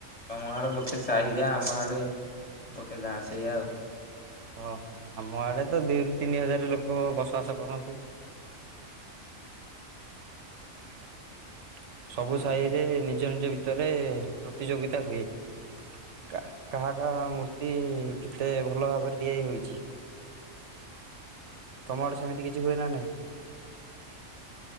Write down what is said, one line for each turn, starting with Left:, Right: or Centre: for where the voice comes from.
Left: ତମ ଆର ଗୋଟେ ସାହିଯାହା ଆମ ଆଡେ ଗୋଟେ ଗାଁ ସେଇଆ ଆଉ।
Right: ଓହୋ ଆମ ଆଡେ ତ ଦିରୁ ତିନି ହଜାର ଲୋକ ବସବାସ କରନ୍ତି। <unintelligible> ସବୁ
Left: ଆଉ
Right: ସାହି ରେ ନି ନିଜ ନିଜ ଭିତରେ ପ୍ରତିଯୋଗିତା ହୁଏ। <inaudible> କାହାର ମୂର୍ତ୍ତି କେତେ ଭଲ ଭାବରେ ତିଆରି ହୋଇଚି। ତମ ଆଡେ ସେମିତି କିଛି ହୁଏ ନା ନାଇଁ। <inaudible>